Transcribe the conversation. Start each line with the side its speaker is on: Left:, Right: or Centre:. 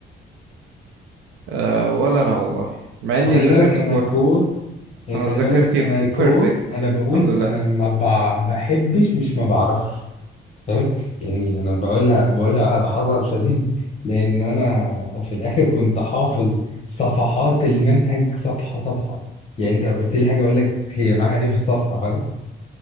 Right: آه، ولا انا والله مع اني
Left: وخلي
Right: ذاكرت
Left: بالك أنا كوت يعني
Right: انا
Left: خلي
Right: ذاكرتي
Left: بالك أنا كوت
Right: بيرفكت
Left: أنا بقول
Right: الحمد لله
Left: أنا ما بع- بحبش مش ما بعرفش فاهم يعني انا بقولها بقولها بحذر شديد لان انا في الاخر كنت حافظ صفحات المنهج صفحه صفحه يعني انت لو قلت لي حاجه اقول لك هي معاها ايه في الصفحه فاهم